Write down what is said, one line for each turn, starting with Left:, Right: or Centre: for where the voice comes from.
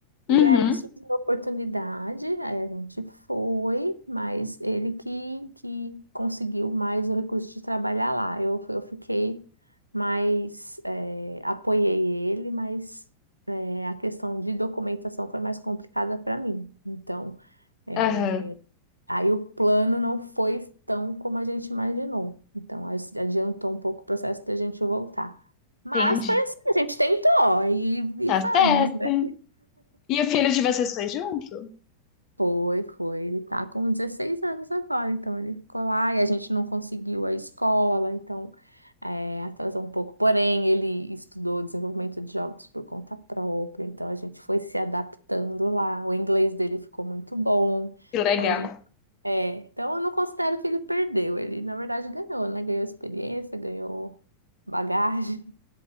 Left: uhum,
Right: E aí surgiu a oportunidade, aí a gente foi, mas ele que, que conseguiu mais o recurso de trabalhar lá. Eu, eu fiquei mais, eh, apoiei ele, mas eh, a questão de documentação foi mais complicada para mim. Então, eh,
Left: aham,
Right: aí o plano não foi tão como a gente imaginou. Então, as- adiantou um pouco o processo da gente voltar. Mas
Left: entendi.
Right: foi assim, a gente tentou e, e
Left: Tá
Right: vamos.
Left: certo.
Right: né?
Left: E o filho de vocês foi junto?
Right: Foi, foi. Ele tá com 16 anos agora, então ele ficou lá e a gente não conseguiu a escola, então é, atrasou um pouco. Porém, ele estudou desenvolvimento de jogos por conta própria, então a gente foi se adaptando lá. O inglês dele ficou muito bom,
Left: Que legal.
Right: então a gente. É, então eu não considero que ele perdeu, ele na verdade ganhou, né? Ganhou experiência, ganhou bagagem.